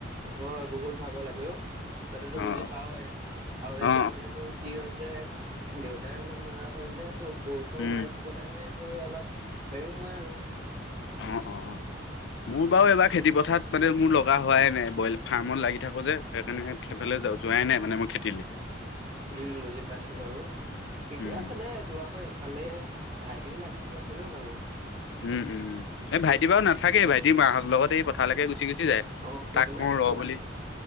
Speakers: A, on the right (about 45°); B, on the left (about 65°).
A: হয় বহুত ভাগৰ লাগে অ, তহতেতো
B: অ
A: বুজি পাওৱেই। আৰু এতিয়া
B: অ
A: মানে তোৰ কি হৈছে, দেউতাই ইমান নোৱাৰা হল যে তোৰ কোৰ চোৰ
B: উম
A: মাৰি থাক- আকৌ তেনে অলপ হেৰি হয় আৰু।
B: অ অ অ, মোৰ বাৰু এইবাৰ খেতি পথাৰ মানে মোৰ লগা- হোৱাই নাই। বইল ফাৰ্মত লাগি থাকো যে, সেইকাৰণে সেইফালে যোৱাই নাই মানে মই খেতিলে।
A: উম বুজি পাইছোঁ বাৰু। ঠিকে
B: উম
A: আছে দেই তোৰ আকৌ - এইফালে ভাইটিও লাগি দি আছে ন কামত।
B: উম উম, এই ভাইটি বাৰু নাথাকেই ভাইটি মাহঁত লগত এই, পথালৈকে গুচি গুচি যায়,
A: অ সেইটোকে
B: তাক কওঁ
A: কৈছো
B: ৰ বুলি